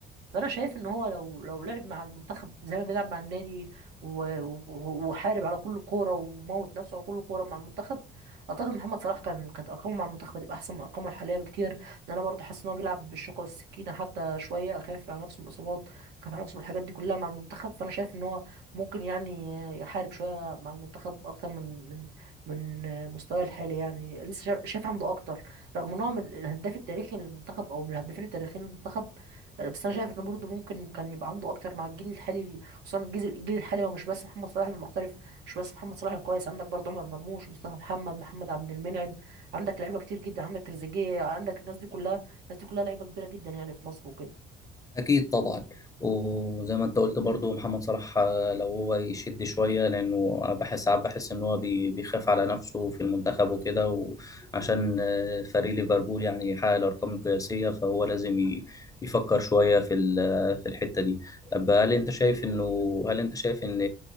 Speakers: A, on the right; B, on the left.
A: فانا شايف ان هو لو لو لعب مع المنتخب زي ما بيلعب مع النادي و- و- وحارب على كل كوره وموت نفسه على كل كوره مع المنتخب اعتقد محمد صلاح كان كانت ارقامه مع المنتخب هتبقى احسن من ارقامه الحاليه بكتير لان انا برضه حاسس ان هو بيلعب بالشوكه والسكينه حتى شويه خايف على نفسه من الاصابات خايف على نفسه من الحاجات دي كلها مع المنتخب فانا شايف ان هو ممكن يعني يحارب شويه مع المنتخب اكتر من من من مستواه الحالي يعني لسه شايف شايف عنده اكتر رغم ان هو من الهداف التاريخي للمنتخب او من الهدافين التاريخيين للمنتخب بس انا شايف ان برضه ممكن كان يبقى عنده اكتر مع الجيل الحالي خصوصا الجيل الجيل الحالي هو مش بس محمد صلاح المحترف مش بس محمد صلاح الكويس عندك برضه عمر مرموش مصطفى محمد محمد عبد المنعم عندك لعيبه كتير جدا عندك تريزيجيه عندك الناس دي كلها الناس دي كلها لعيبه كبيره جدا يعني في مصر وكده
B: أكيد طبعا وزي ما أنت قلت برضو محمد صلاح آه، لو هو يشد شوية لأنه بحس ساعات بحس إن هو بي- بيخاف على نفسه في المنتخب وكده وعشان آه، فريق ليفربول يعني يحقق الأرقام القياسية فهو لازم ي- يفكر شوية في ال- في الحتة دي طب هل أنت شايف إنه هل أنت شايف إن